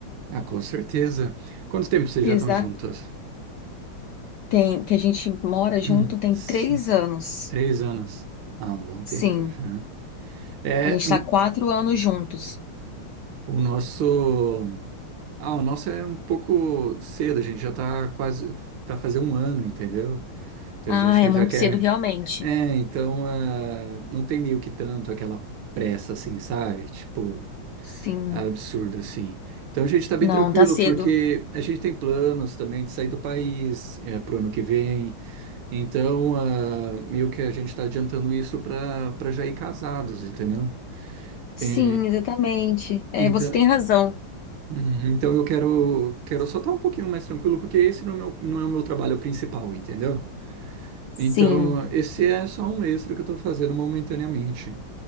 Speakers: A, on the right; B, on the left.
A: Ah, com certeza. Quanto tempo vocês já estão
B: Exato.
A: juntas?
B: Tem que a gente mora
A: <clears throat>
B: junto tem
A: Sim,
B: três anos.
A: três anos. Ah, um bom tempo
B: Sim,
A: já. né? É,
B: a gente está
A: n-
B: quatro anos juntos.
A: o nosso. Ah, o nosso é um pouco cedo, a gente já tá quase para fazer um ano, entendeu? Então
B: Ah,
A: a gente
B: é muito
A: já quer.
B: cedo realmente.
A: É, então ah, não tem meio que tanto aquela pressa assim, sabe? Tipo,
B: Sim,
A: absurdo assim. Então a gente tá bem
B: não,
A: tranquilo,
B: tá cedo.
A: porque a gente tem planos também de sair do país é, pro ano que vem. Então, ah, meio que a gente está adiantando isso para para já ir casados, entendeu?
B: Sim,
A: É,
B: exatamente. É,
A: então,
B: você tem razão.
A: uhum, então eu quero quero só estar um pouquinho mais tranquilo, porque esse não é o meu, não é o meu trabalho principal, entendeu?
B: Sim,
A: Então, esse é só um extra que eu estou fazendo momentaneamente,